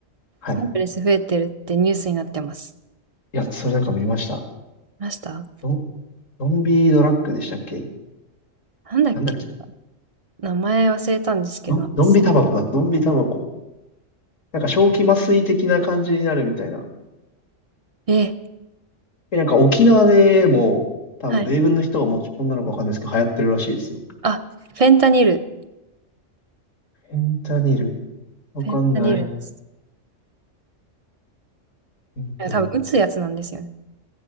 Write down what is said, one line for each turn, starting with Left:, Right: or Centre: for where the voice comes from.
Left: はい。
Right: ホームレス増えてるってニュースになってます。
Left: いや、それなんか見ました。
Right: 見ました
Left: ゾゾンビドラッグでしたっけ
Right: なんだっけ、
Left: なんだっけ
Right: 名前忘れたんですけど、
Left: ゾゾンビタバコだ、
Right: なんかす
Left: ゾンビタバコ。なんか正気麻酔的な感じになるみたいな。
Right: え、
Left: え、なんか沖縄でも、多分米軍の人が持ち込んだのかわかんないですけど、
Right: はい。
Left: 流行ってるらしいですよ。
Right: あ、フェンタニル。
Left: フェンタニル。わかんない。
Right: フェンタニルです。
Left: フェンタニル。
Right: いや、多分打つやつなんですよね。